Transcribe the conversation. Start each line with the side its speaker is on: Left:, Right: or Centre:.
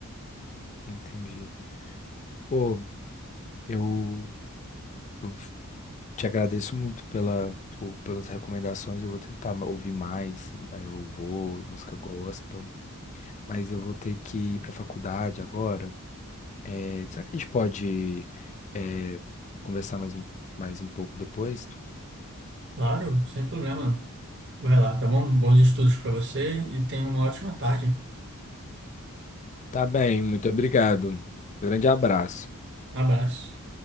Left: entendi. Pô, eu, eu Te agradeço muito pela, por- pelas recomendações. Eu vou tentar ma- ouvir mais, é, louvor, música gospel. Mas eu vou ter que ir para a faculdade agora. É, será que a gente pode, é, conversar mais um, mais um pouco depois?
Right: Claro, sem problema. Vai lá, tá bom? Bons estudos pra você e tenha uma ótima tarde.
Left: Tá bem, muito obrigado. Grande abraço.
Right: Abraço.